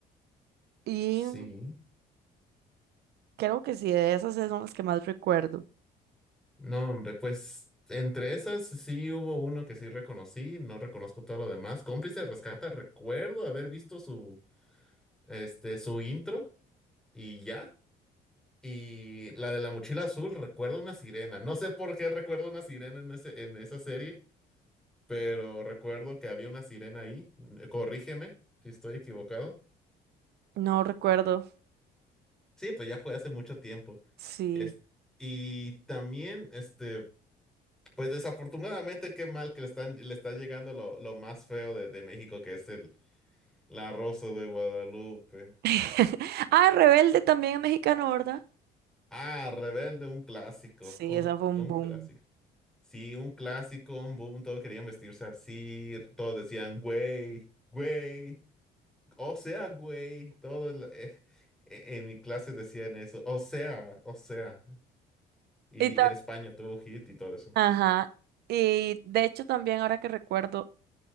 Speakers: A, on the right (about 75°); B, in the centre.
A: Y
B: Sí.
A: creo que sí, de esas son las que más recuerdo.
B: No, hombre, pues entre esas sí hubo uno que sí reconocí. No reconozco todo lo demás. Cómplice de Rescata, recuerdo haber visto su, este, su intro y ya. Y la de la mochila azul, recuerdo una sirena. No sé por qué recuerdo una sirena en ese, en esa serie pero recuerdo que había una sirena ahí. mm, eh, Corrígeme si estoy equivocado.
A: No recuerdo,
B: Sí, pues ya fue hace mucho tiempo.
A: sí.
B: Es- y también, este, pues desafortunadamente, qué mal que le están, le está llegando lo, lo más feo de, de México, que es el la Rosa de Guadalupe.
A: <laughs> Ah, Rebelde también es mexicano, ¿verdad?
B: Ah, Rebelde, un clásico,
A: Sí,
B: un,
A: esa fue un
B: un
A: boom.
B: clásico. Sí, un clásico, un boom, todos querían vestirse así, todos decían, güey, güey. O sea, güey, todo el- eh, eh, en mi clase decían eso. O sea, o sea. Y
A: Y
B: en España tuvo hit y todo eso.
A: Ajá. Y de hecho también ahora que recuerdo,